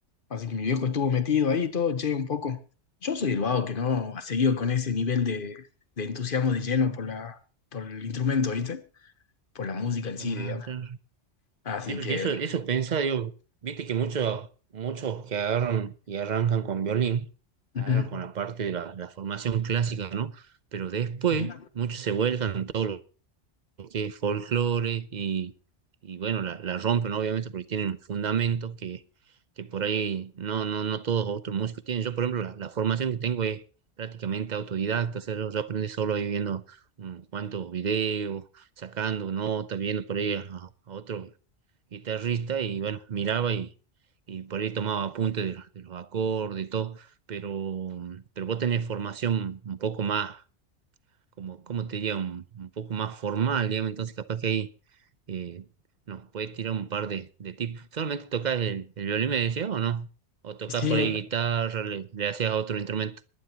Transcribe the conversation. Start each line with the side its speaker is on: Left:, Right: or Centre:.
Left: Así que mi viejo estuvo metido ahí y todo, che, un poco. Yo soy el vago que no ha seguido con ese nivel de, de entusiasmo de lleno por la, por el instrumento, ¿viste? Por la música en
Right: claro,
Left: sí, digamos.
Right: claro.
Left: Así
Right: Sí, porque
Left: que...
Right: eso, eso pensaba, digo, viste que muchos, muchos que agarran y arrancan con violín,
Left: ujú,
Right: agarran con la parte de la, la formación clásica, ¿no? Pero después
Left: Sí.
Right: muchos se vuelcan en todo lo que es folclore y, y bueno, la, la rompen ¿no? obviamente porque tienen fundamentos que, que por ahí no, no, no todos otros músicos tienen. Yo, por ejemplo, la, la formación que tengo es prácticamente autodidacta, o sea, yo yo aprendí solo ahí viendo unos cuantos videos, sacando notas, viendo por ahí a, a otro guitarrista y bueno, miraba y, y por ahí tomaba apuntes de, de los acordes y todo, pero, pero vos tenés formación un poco más como, como te diría, un, un poco más formal, digamos, entonces capaz que ahí eh, nos puedes tirar un par de, de tips. ¿Solamente tocas el, el violín, me decías, o no? ¿O tocas
Left: Sí,
Right: por ahí guitarra, le, le hacías a otro instrumento?